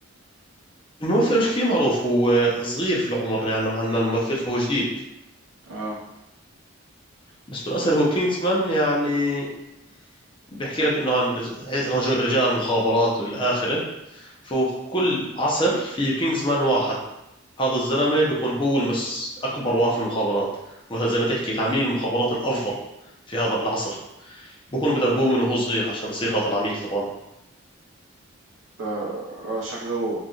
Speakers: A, on the left; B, on the right.
A: الممثل مش كثير معروف هو صغير في العمر يعني نوعا ما الممثل فهو جديد
B: اه
A: بس بالاصل هو كينجزمان يعني بيحكي لك انه عن رج- رجل- رجال المخابرات والى اخره فكل عصر في كينجزمان واحد هذا الزلمه بيكون هو المس اكبر واحد في المخابرات مثلا زي ما تحكي العميل المخابرات الافضل في هذا العصر بكونوا بدربوه من وهو صغير عشان يصير هذا العميل طبعا
B: ده آه. شكله